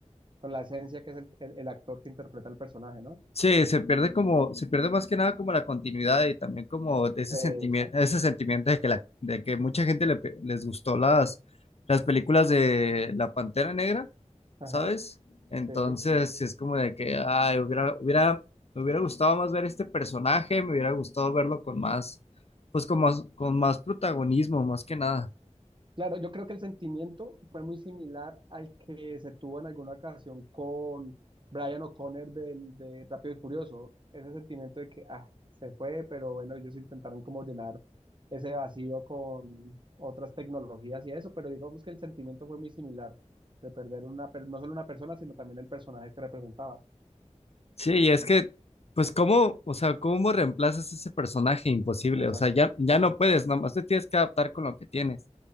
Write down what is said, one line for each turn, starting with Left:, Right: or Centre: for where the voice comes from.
Right: con la esencia que es el, el- el actor que interpreta el personaje, ¿no?
Left: Sí, se pierde como, se pierde más que nada como la continuidad y también como de ese
Right: Eh,
Left: sentimiento,
Right: exacto.
Left: ese sentimiento de que la, de que mucha gente le pe- les gustó las, las películas de La Pantera Negra,
Right: Ajá,
Left: ¿sabes? Entonces,
Right: sí.
Left: sí es como de que, ay, hubiera, hubiera, me hubiera gustado más ver este personaje, me hubiera gustado verlo con más, pues con más, con más protagonismo, más que nada.
Right: Claro, yo creo que el sentimiento fue muy similar al que se tuvo en alguna ocasión con Brian O'Connor del, de Rápido y Furioso. Ese sentimiento de que, ah, se fue, pero bueno, ellos intentaron como llenar ese vacío con otras tecnologías y eso, pero digamos que el sentimiento fue muy similar de perder una, per- no solo una persona, sino también el personaje que representaba.
Left: Sí, y es que, pues, ¿cómo, o sea, cómo reemplazas ese personaje imposible?
Right: Exacto,
Left: O sea, ya, ya
Right: exacto.
Left: no puedes, nomás te tienes que adaptar con lo que tienes.